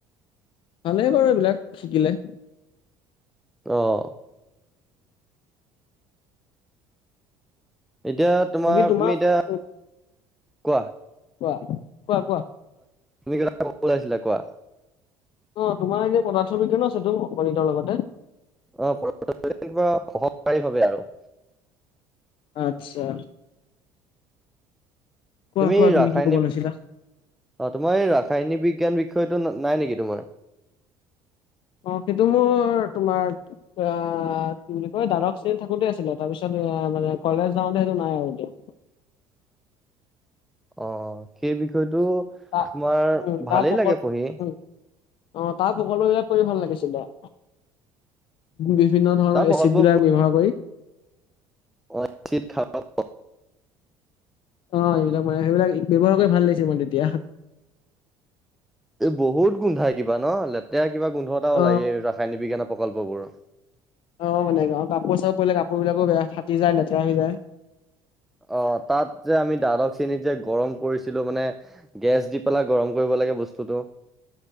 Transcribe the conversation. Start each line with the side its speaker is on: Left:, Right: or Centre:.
Left: ভালেই বাৰু এইবিলাক শিকিলে
Centre: অ', এতিয়া তোমাৰ
Left: বাকী
Centre: তুমি এতিয়া
Left: উম,
Centre: কোৱা
Left: কোৱা - কোৱা - কোৱা
Centre: তুমি! !!!!!!!!! কব উলাইছিলা কোৱা
Left: অ', তোমাৰ এ যে প্ৰডাকচন <unintelligible> গণিতৰ লগতে।
Centre: অ', <unintelligible> কিবা সহকাৰী ভাৱে আৰু।
Left: আচ্ছা। কোৱা
Centre: তুমি
Left: কোৱা
Centre: ৰাসায়নিক
Left: কি ক'ব লৈছিলা
Centre: অ, তোমাৰ এই ৰাসায়নিক বিজ্ঞান বিষয়টো নাই নেকি তোমাৰ?
Left: অ', সেইটো মোৰ তোমাৰ অ', কি বুলি কয় দাদক চেনিত থাকোতে আছিলে তাৰপিছত মানে কলেজ যাওঁতে সেইটো নাই আৰু এতিয়া।
Centre: অ', সেই বিষয়টো
Left: তা
Centre: তোমাৰ
Left: উম
Centre: ভালেই
Left: তাৰ প্ৰকল
Centre: লাগে পঢ়ি।
Left: উম অ', তাৰ প্ৰকলপ বিলাক পঢ়ি ভাল লাগিছিলে। বিভিন্ন ধৰণৰ
Centre: তাৰ প্ৰকল্পবোৰ
Left: এচিড বিলাক ব্যৱহাৰ কৰি
Centre: <unintelligible>
Left: অ', এইবিলাক মানে সেইবিলাক ব্যৱহাৰ কৰি ভাল লাগিছে মানে তেতিয়া।
Centre: এই বহুত গোন্ধাই কিবা ন' লেতেৰা কিবা গোন্ধ এটা
Left: অ
Centre: ওলায়, এই ৰাসায়নিক বিজ্ঞানৰ প্ৰকল্প বোৰ।
Left: অ', মানে কাপোৰ চাপোৰ পৰিলে কাপোৰ বিলাকো বেয়া ফাটি যায় লেতেৰা হৈ যায়।
Centre: অ', তাত যে আমি দ্বাদশ চেনিত যে গৰম কৰিছিলোঁ মানে। গেছ দি পেলাই গৰম কৰিব লাগে বস্তুটো।